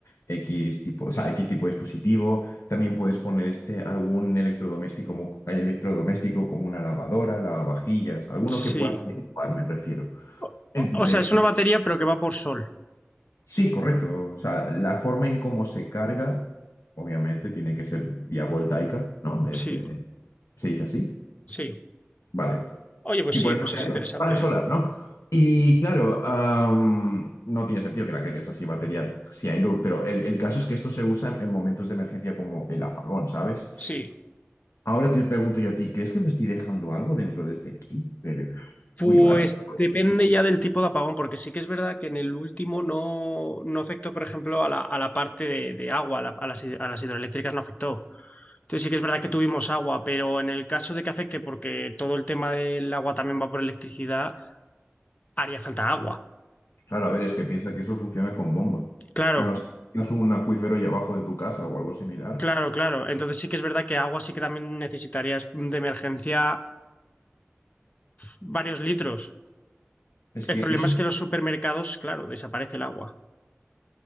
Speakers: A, on the left; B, on the left.
A: X tipo, o sea, X tipo de dispositivo. También puedes poner este, algún electrodoméstico, como- electrodoméstico como una lavadora, lavavajillas, alguno
B: sí.
A: que pueda interactuar, me refiero.
B: O,
A: Entonces,
B: o sea, es una batería pero que va por sol.
A: Sí, correcto. O sea, la forma en cómo se carga, obviamente, tiene que ser vía voltaica, ¿no? Es,
B: Sí,
A: eh, se dice así.
B: sí.
A: Vale.
B: Oye,
A: Sí,
B: pues sí,
A: por el
B: pues es interesante,
A: panel solar,
B: ¿eh?
A: ¿no? Y claro, am, no tiene sentido que la cargues así batería si hay luz, pero el, el caso es que esto se usa en, en momentos de emergencia como el apagón, ¿sabes?
B: Sí.
A: Ahora te pregunto yo a ti, ¿crees que me estoy dejando algo dentro de este kit? Eh,
B: Pues
A: Muy básico.
B: depende ya del tipo de apagón, porque sí que es verdad que en el último no, no afectó, por ejemplo, a la, a la parte de, de agua, a, la- a las, hid- a las hidroeléctricas no afectó. Entonces sí que es verdad que tuvimos agua, pero en el caso de que afecte, porque todo el tema del agua también va por electricidad, haría falta agua.
A: Claro, a ver, es que piensa que eso funciona con bomba.
B: Claro,
A: A no ser que tengas un acuífero ahí abajo de tu casa o algo similar.
B: claro, claro. Entonces sí que es verdad que agua sí que también necesitarías de emergencia varios litros.
A: Es
B: El
A: que
B: problema
A: eso,
B: es que los supermercados, claro, desaparece el agua.